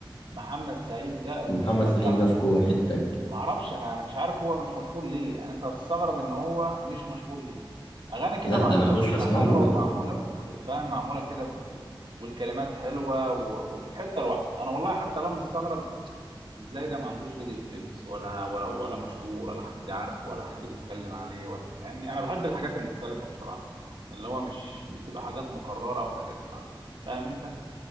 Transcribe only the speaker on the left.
ومحمد سعيد
ده في كو- حته تانيه
لا
ده انا اخش
اسمع
له بقى